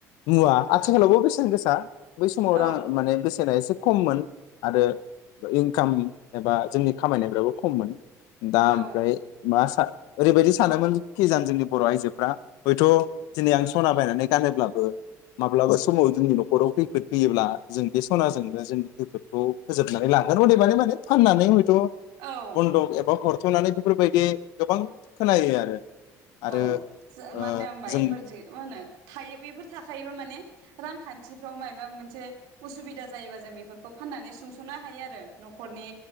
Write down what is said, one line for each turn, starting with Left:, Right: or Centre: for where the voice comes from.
Left: मुवा आथिखालावबो बेसेन गोसा बै समाव
Right: औ
Left: रां माने बसेना एसे खममोन आरो इनकाम एबा जोंनि खामायनायफ्राबो खममोन। दा ओमफ्राय
Right: औ
Left: मास ओरैबायदि सानोमोनखिजान जोंनि बर आइजोफ्रा हयथ दिनै आं सना बायनानै गानब्लाबो माब्लाबा समाव जोंनि नखराव खैफोद फैयोब्ला जों बे सनाजोंनो जोंनि खैफोदखौ फोजोबनानै लागोन अदेबानि माने फाननानै थ
Right: औ
Left: बन्दख एबा हर थनानै बेफोरबायदि गोबां खोनायो आरो। आरो
Right: औ जो
Left: ओ
Right: मानो होमबा
Left: जों
Right: एफोर जो मा होनो थायो बेफोर थाखायोबा माने रांखान्थिफ्राव मायबा मोनसे उसुबिदा जायोबा जों बेफोरखौ फाननानै सुंसनो हायो आरो नखरनि